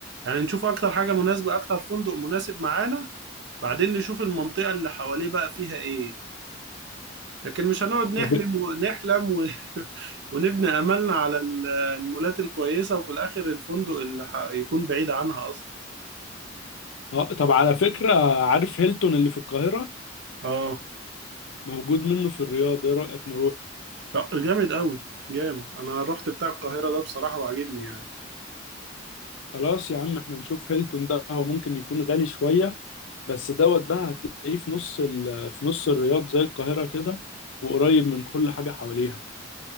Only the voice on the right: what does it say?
يعني نشوف اكتر حاجة مناسبة اكتر فندق مناسب معانا بعدين نشوف المنطقة اللي حواليه بقى فيها ايه لكن مش هنقعد نحلم
ونحلم و... <laughs> ونبني املنا على ال- المولات الكويسة وفي الاخر الفندق اللي ح... يكون بعيد عنها اصلا
اه
طب جامد قوي جامد انا رحت بتاع القاهرة ده بصراحة وعجبني يعني